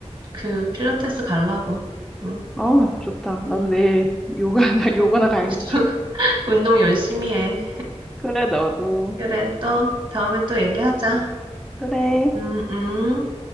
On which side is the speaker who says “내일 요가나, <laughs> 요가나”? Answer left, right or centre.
Centre